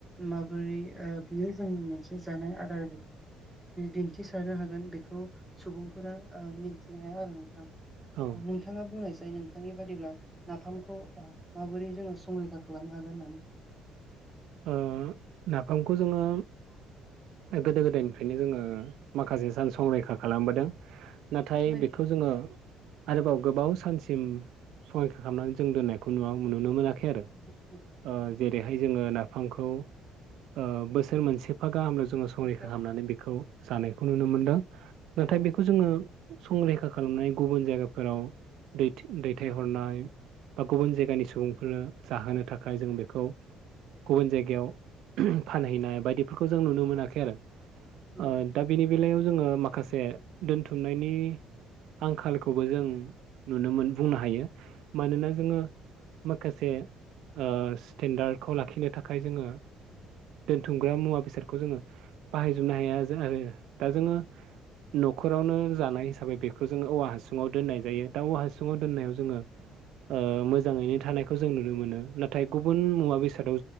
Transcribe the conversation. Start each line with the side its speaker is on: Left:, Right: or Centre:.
Centre: माबोरै ओ बियो जों मोनसे जानाय आदार दिन्थिसारनो हागोन बेखौ सुबुंफोरा ओ मिन मिथिनो हाया आरो नोंथां
Right: औ
Centre: नोंथाङा बुंनायसाय नोंथांनि बादिब्ला नाफामखौ ओ माबोरै जोङो संरैखा खालामनो हागोन होननानै
Right: ओ नाफामखौ जोङो गोदो गोदायनिफ्रायनो जोङो माखासे सान संरैखा खालामबोदों नाथाय
Centre: होननानै
Right: बेखौ जोङो आरोबाव गोबाव सानसिम संरैखा खालामनानै जों दोननायखौ नुवा ओ नुनो मोनाखै
Centre: <unintelligible>
Right: आरो ओ जेरैहाय जोङो नाफामखौ ओ बोसोर मोनसेफा गाहामल जोङो संरैखा
Centre: गस्लायाव
Right: खालामनानै बेखौ जानायखौ नुनो मोनदों। नाथाय
Centre: औ
Right: बेखौ जोङो संरैखा खालामनाय गुबुन जायगाफोराव दैथि दैथायहरनाय बा गुबुन जायगानि सुबुंफोरनो जाहोनो थाखाय जों बेखौ गुबुन जायगायाव फानहैनाय बायदिफोरखौ जों नुनो मोनाखै आरो
Centre: औ
Right: ओ दा बेनि बेलायाव जोङो माखासे दोनथुमनायनि आंखालखौबो जों नुनो मोन बुंनो हायो मानोना जोङो माखासे ओ स्टेन्डार्डखौ लाखिनो थाखाय जोङो दोनथुमग्रा मुवा बेसादखौ जोङो बाहायजोबनो हाया आरो दा जोङो नखरावनो जानाय हिसाबै बेखौ जोङो औवा हासुङाव दोननाय जायो दा औवा हासुङाव दोननायाव जोङो ओ मोजाङैनो थानायखौ जों नुनो मोनो नाथाय गुबुन मुवा बेसादाव